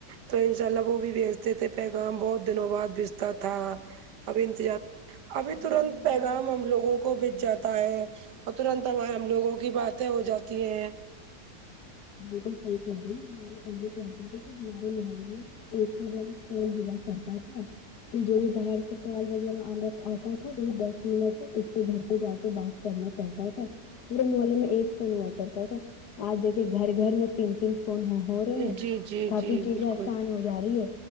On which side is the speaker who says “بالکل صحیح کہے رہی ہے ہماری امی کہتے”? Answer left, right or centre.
Left